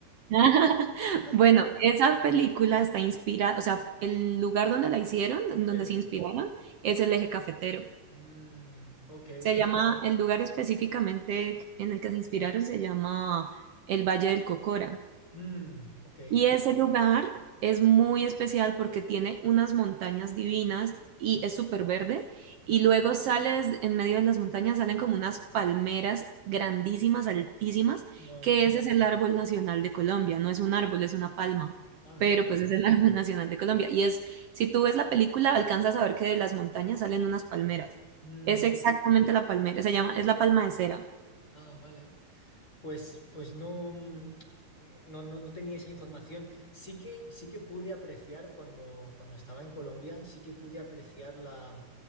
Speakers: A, on the right; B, on the left.
A: <laughs>
B: <laughs>
A: Bueno, esa película está inspirada, o sea, el lugar donde la hicieron, en donde
B: Sí.
A: se inspiraron, es el Eje Cafetero.
B: Mm, ok,
A: Se llama, el lugar específicamente en el que se inspiraron se llama el Valle del Cocora.
B: mm, ok.
A: Y ese lugar es muy especial porque tiene unas montañas divinas y
B: Mm,
A: es súper verde. Y
B: mm,
A: luego
B: mm,
A: sales en medio de las montañas, salen como unas palmeras grandísimas, altísimas,
B: Wow.
A: que ese es el árbol nacional de Colombia. No es un árbol, es una palma,
B: Ajá.
A: pero pues es el <laughs> árbol nacional de Colombia. Y es, si tú ves la película, alcanzas a ver que de las montañas salen unas palmeras.
B: Mm,
A: Es exactamente la palmera, se llama, es la palma de cera.
B: ah, vale. pues, pues no, mm, no, no, no tenía esa información. Sí que, sí que pude apreciar cuando, cuando estaba en Colombia, sí que pude apreciar la,